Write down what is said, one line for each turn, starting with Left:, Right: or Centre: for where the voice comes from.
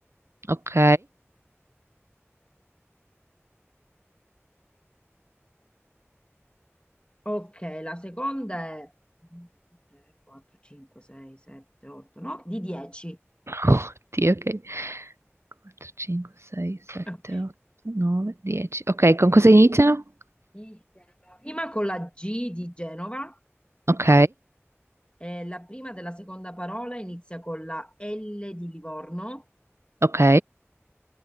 Right: Ok.
Left: Ok, la seconda è 3, 4, 5, 6, 7, 8, 9, di 10.
Right: Oddio, ok. 4, 5, 6, 7,
Left: Ok.
Right: 8, 9, 10. Ok, con cosa iniziano?
Left: Di Genova. Prima con la G di Genova,
Right: Ok,
Left: eh, la prima della seconda parola inizia con la L di Livorno
Right: ok,